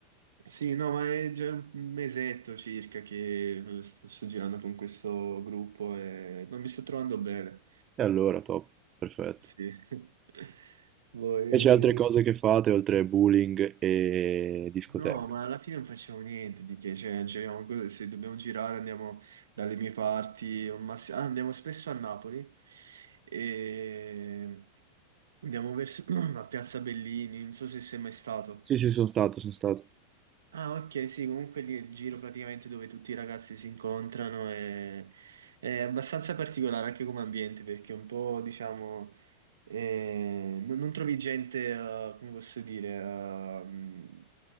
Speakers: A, on the right; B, on the right.
A: Sì, no, ma è già un mesetto circa che eh, sto, sto girando con questo gruppo e non mi sto trovando bene.
B: E allora, top, perfetto.
A: Sì. <laughs> Voi...
B: Invece altre cose che fate oltre bullying e discoteche?
A: No, ma alla fine non facevo niente di che, cioè, giriamo co- se dobbiamo girare andiamo dalle mie parti, o massi- ah, andiamo spesso a Napoli e andiamo verso <clears throat> a Piazza Bellini, non so se sei mai stato.
B: Sì, sì, sono stato, sono stato.
A: Ah, ok, sì, comunque lì è il giro praticamente dove tutti i ragazzi si incontrano e è abbastanza particolare anche come ambiente perché è un po', diciamo, eh, non, non trovi gente, eh, come posso dire, eh, mh,